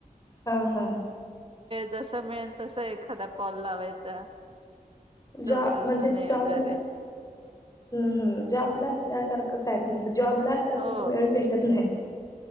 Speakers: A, on the left; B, on the right.
A: हं, हं.
B: जसं मिळेल तस एखादा कॉल लावायचा दोन
A: जॉ
B: दिवसाने
A: म्हणजे जॉबला
B: वगैरे
A: हम्म हम् जॉब ला असल्यासारखंच हाय जॉब ला असल्यावर
B: हो
A: कस वेळ भेटत नाय.